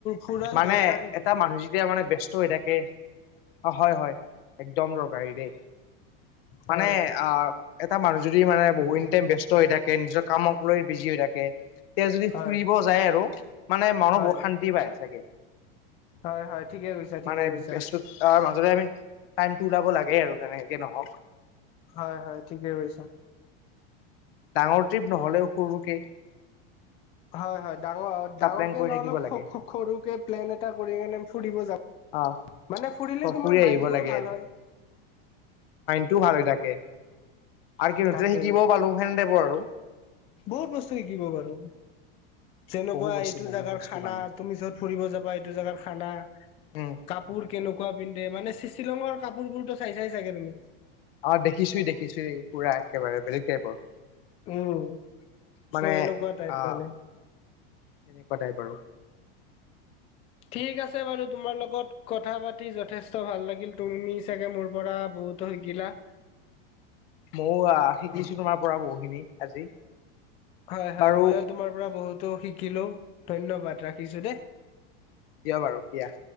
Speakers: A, on the left; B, on the left.
A: ফুৰাও
B: মানে
A: দৰকাৰী
B: এটা মানুহ যেতিয়া মানে, ব্য- হৈ থাকে, অ', হয়, হয়, একদম দৰকাৰী দেই।
A: হয়
B: মানে আহ, এটা মানুহ যদি মানে বহুখিনি টাইম ব্যস্ত হৈ থাকে, নিজৰ কামক লৈ বিজি হৈ থাকে, তেতিয়া যদি
A: হয়
B: ফুৰিব যায় আৰু, মানে মানুহ
A: হয়
B: বহুত শান্তি পায়, চাগে।
A: হয় হয় ঠিকে কৈছা ঠিকে
B: মানে
A: কৈছা
B: ব্যস্ততাৰ আমি টাইমটো ওলাব লাগে আৰু, যেনেকে নহওঁক।
A: হয়, হয় ঠিকেই কৈছা।
B: ডাঙৰ ট্ৰিপ নহলেও সৰুকে
A: হয়, হয়। ডাঙৰ
B: এটা
A: ডাঙৰ
B: প্লেন
A: কে
B: কৰি
A: নহ'লেও
B: থাকিব লাগে
A: সৰুকে প্লেন এটা কৰি মনে ফুৰিব যা
B: অ
A: মানে ফুৰিলে তোমাৰ
B: ফুৰি আহিব
A: মাইণ্ডটোও
B: লাগে
A: ভাল হয়।
B: টো ভাল হৈ থাকে, আৰু কিবা এটা
A: তাকেই
B: শিকিবও পালো সেনে তাইপৰ আৰু।
A: বহুত বস্তু শিকিব পাৰো। যেনেকুৱা
B: বহু বস্তু
A: এইটো
B: বহু
A: জোগাৰ
B: বস্তু
A: খানা
B: মানে
A: তুমি য'ত ফুৰিব যাবা এইটো জেগাৰ খানা
B: উম
A: কাপোৰ কেনেকুৱা পিন্ধে মানে শ্বিলঙৰ কাপোৰবোৰতো চাই চাই চাগে তুমি
B: অ দেখিছোই দেখিছো পুৰা একেবাৰে বেলেগ টাইপৰ।
A: উম
B: মানে
A: চ' এনেকুৱা টাইপ
B: আহ
A: মানে।
B: এনেকুৱা তাইপ আৰু।
A: ঠিক আছে বাৰু তোমাৰ লগত কথা পাতি যথেষ্ট ভাল লাগিল। তুমি চাগে মোৰ পৰা বহুতো শিকিলা
B: ময়ো আহ শিকিছো তোমাৰ পৰা বহুখিনি আজি।
A: হয়, হয়
B: বাৰু
A: ময়ো তোমাৰ পৰা বহুতো শিকিলো। ধন্যবাদ ৰাখিছো দেই
B: দিয়া বাৰু দিয়া।